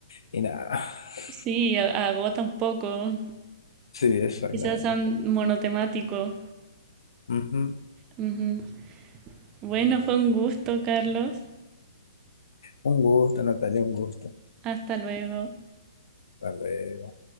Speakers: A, on the left; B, on the right.
A: y nada. <laughs>
B: <laughs> sí, a- agota un poco,
A: Sí, exactamente.
B: quizás sean monotemático.
A: Ujú.
B: Ujú. Bueno, fue un gusto, Carlos.
A: Un gusto, Natalia, un gusto.
B: Hasta luego.
A: Tal vez.